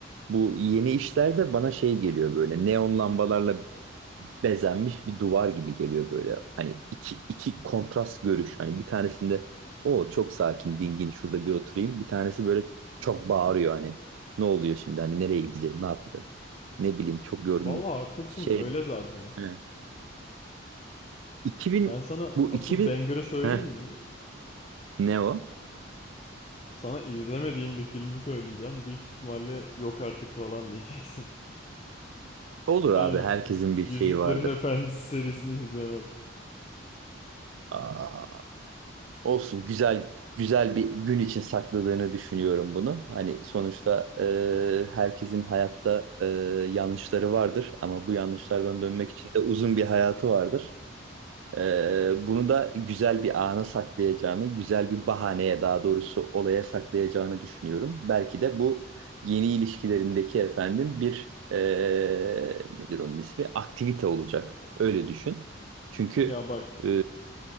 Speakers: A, on the right; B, on the left.
A: Bu yeni işlerde bana şey geliyor böyle neon lambalarla bezenmiş bir duvar gibi geliyor böyle. Hani iki, iki kontrast görüş. Hani bir tanesinde o çok sakin, dingin şurada bir oturayım. Bir tanesi böyle çok bağırıyor hani. Ne oluyor şimdi? Hani nereye gideceğiz? Ne yapacağız? Ne bileyim çok yorgun.
B: Vallahi haklısın
A: Şey
B: öyle zaten.
A: he. 2000
B: Ben sana
A: bu
B: asıl
A: 2000
B: banger'ı söyleyeyim
A: Heh,
B: mi?
A: ne o?
B: Sana izlemediğim bir filmi söyleyeceğim. Büyük ihtimalle yok artık falan diyeceksin. <laughs>
A: Olur abi
B: Ben
A: herkesin bir şeyi
B: Yüzüklerin
A: vardır.
B: Efendisi serisini izlemedim.
A: Aa, Olsun güzel güzel bir gün için sakladığını düşünüyorum bunu. Hani sonuçta e, herkesin hayatta e, yanlışları vardır ama bu yanlışlardan dönmek için de uzun bir hayatı vardır. Ee, bunu da güzel bir ana saklayacağını, güzel bir bahaneye daha doğrusu olaya saklayacağını düşünüyorum. Belki de bu yeni ilişkilerindeki efendim bir ee, nedir onun ismi? Aktivite olacak. Öyle düşün. Çünkü
B: Ya bak.
A: ee, <laughs>